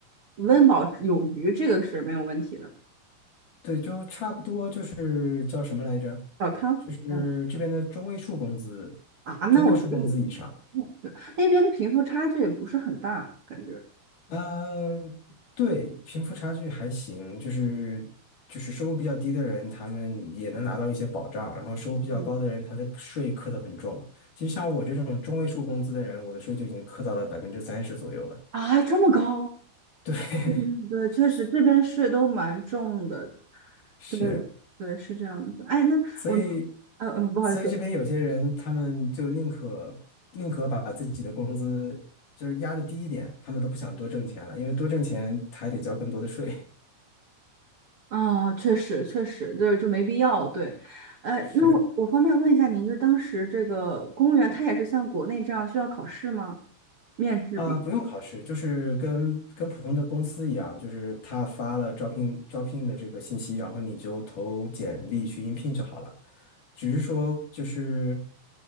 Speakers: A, on the right; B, on the left.
A: 温饱有余，这个是没有问题的。
B: 对，就差不多就是叫什么来着？
A: 小康这样
B: 就是这边的中位数工资，
A: 啊，那我觉得也
B: 中位数工资以上。
A: 对，那边贫富差距也不是很大，感觉。
B: 嗯，对，贫富差距还行，就是就是收入比较低的人，他们也能拿到一些保障，然后收入比较高的人，
A: 嗯
B: 他的税课得很重。其实像我这种中位数工资的人，我的税就已经课到了百分之三十左右了。
A: 啊，这么高？
B: 对，
A: 嗯，对，确实这边税都蛮重的。
B: <laughs>
A: 对，
B: 是。
A: 对，是这样子。哎，那我，
B: 所以，
A: 呃，呃，不好意思，
B: 所以这边有些人他们就宁可宁可把自己的工资就是压的低一点，他们都不想多挣钱了，因为多挣钱还得交更多的税。
A: 啊，确实，确实，就就没必要。对，哎，
B: <laughs>
A: 那我我方便问一下您，
B: 是。
A: 就当时这个公务员，他也是像国内这样需要考试吗？面试比？
B: 啊，不用考试，就是跟跟普通的公司一样，就是他发了招聘招聘的这个信息，然后你就投简历去应聘就好了。只是说，就是